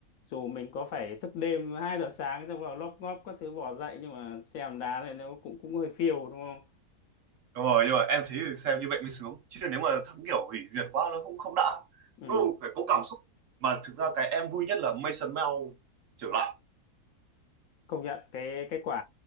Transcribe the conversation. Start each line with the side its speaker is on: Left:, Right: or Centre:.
Left: dù mình có phải thức đêm 2 giờ sáng xong vào lóp ngóp các thứ bỏ dậy nhưng mà xem đá này nó cũng cũng hơi phiêu đúng không
Right: Đúng rồi, nhưng mà em thấy xem như vậy mới sướng. Chứ nếu mà thắng kiểu hủy diệt quá nó không không đã.
Left: ừ.
Right: Nó phải có cảm xúc. Mà thực ra cái em vui nhất là Mason Mount trở lại.
Left: công nhận cái cái quả